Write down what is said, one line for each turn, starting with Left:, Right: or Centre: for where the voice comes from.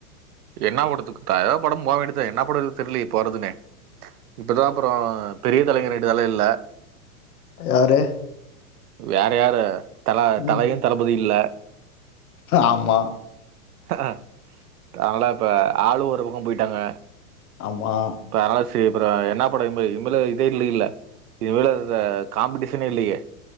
Right: என்னா படத்துக்குதா எதா படோ போ வேண்டிதா என்னா படோ இருக்குன் தெர்லயே போறதுனே இப்பதா அப்புறோ பெரிய தலைங்க ரெண்டு தல இல்ல
Left: யாரு
Right: வேற யாரு தல
Left: ம்
Right: தலையு தளபதி இல்ல
Left: ஆமா
Right: அ அ அதனால இப்ப ஆளு ஒரு பக்கோ போய்ட்டாங்க
Left: ஆமா
Right: இப்ப அதனால செரி அப்பறோ என்னா படோ இன்மே இன்மேல் இதே இல்லைங்லே இனிமேலு இது காம்பிடேஷனே இல்லையே